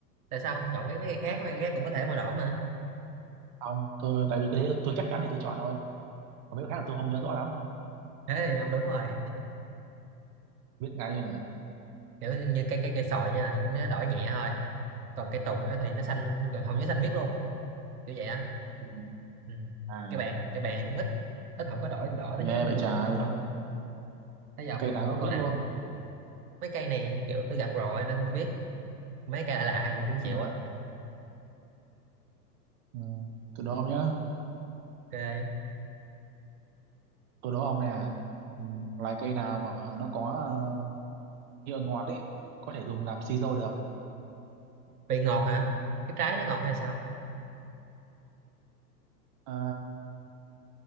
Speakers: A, on the right; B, on the right.
A: tại sao ông không chọn cái mấy cây khác mấy cây khác cũng có thể màu đỏ mà
B: không tôi tại vì cái đấy tôi, tôi chắc chắn thì tôi chọn thôi còn mấy cái khác là tôi không nhớ rõ lắm
A: thế thì ông đúng rồi
B: biết ngay mà
A: kiểu như cái cái cây sồi nha thì nó đỏ nhẹ thôi còn cây tùng á thì nó xanh gần- hầu như xanh miết luôn kiểu vậy á
B: ừ.
A: ừ.
B: à
A: cái bàn cái bàn thì cũng ít ít không có đổi đỏ đến
B: ghê
A: nhất như
B: vậy trời
A: như cây phong thấy ông
B: cây
A: này
B: nào
A: đó
B: cũng
A: câu
B: biết
A: nào
B: luôn
A: mấy cây này kiểu tôi gặp rồi nên tôi biết mấy cây lạ lạ thì tôi cũng
B: Ờ,
A: chịu á
B: ừ, tôi đố ông nhá
A: ok
B: tôi đố ông nè ừ, loài cây nào mà nó có ờ, nhựa ngọt ấy có thể dùng làm siro được
A: vị ngọt hả cái trái nó ngọt hay sao
B: Ờ,